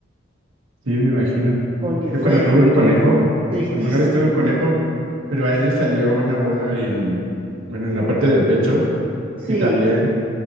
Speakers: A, on the right; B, on the right.
A: sí, me imagino.
B: porque fue
A: Yo cuando tuve un conejo,
B: tristísimo.
A: alguna vez tuve un conejo, pero a él le salió una bola en, bueno, en la parte del pecho
B: Sí,
A: y también